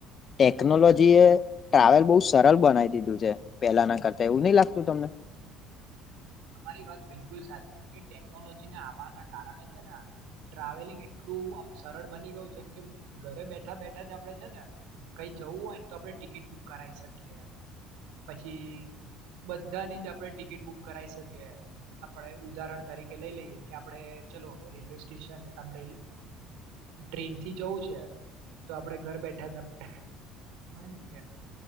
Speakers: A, on the left (about 40°); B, on the right (about 75°).
A: ટેકનોલોજી એ ટ્રાવેલ બહુ સરળ બનાવી દીધું છે પેલાના કરતા એવું નહી લાગતું તમને.
B: તમારી વાત બિલકુલ સાચી છે કે ટેકનોલોજીને આવવાના કારણે છે ને આ ટ્રાવેલિંગ એટલું આમ સરળ બની ગયું છે કેમ કે ઘરે બેઠા બેઠા જ આપડે છે ને કઈ જવું હોય ને તો આપડણે ટિકિટ બુક કરાવી શકીએ એમ. પછી બધાની જ આપણે ટિકિટ બુક કરાઈ શકીએ. આપણે ઉદાહરણ તરીકે લઈ લઈએ કે આપડે ચલો રેલવે સ્ટેશન આમ રેલ ટ્રેન થી જવું છે તો આપડે ઘર બેઠા જ આમ હોય ને કે